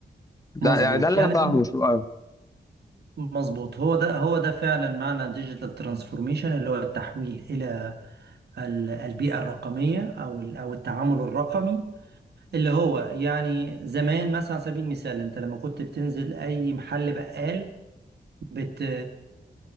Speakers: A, on the left; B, on the right.
A: ده
B: مظبوط
A: يعني ده اللي
B: يعني
A: انا فاهمه
B: ده
A: شو آه،
B: مظبوط هو ده هو ده فعلا معنى ديجيتال ترانسفورميشن اللي هو التحويل الى ال- البيئه الرقميه او ال- او التعامل الرقمي اللي هو يعني زمان مثلا على سبيل المثال انت لما كنت بتنزل اي محل بقال بت